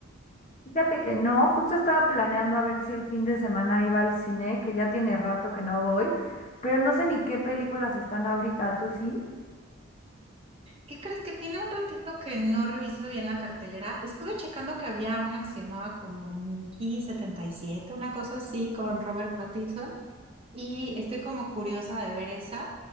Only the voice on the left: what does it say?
Fíjate que no, justo estaba planeando a ver si el fin de semana iba al cine, que ya tiene rato que no voy, pero no sé ni qué películas están ahorita, ¿tú sí?